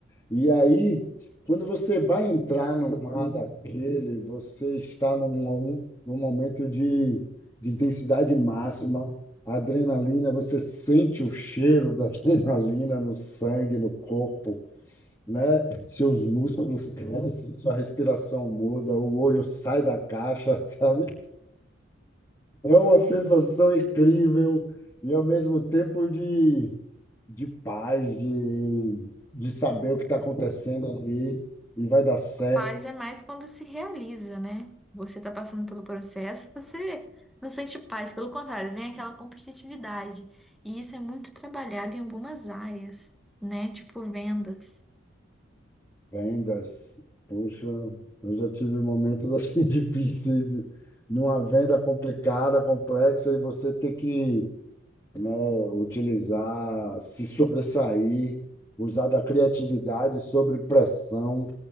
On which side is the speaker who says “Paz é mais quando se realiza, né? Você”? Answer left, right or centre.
Centre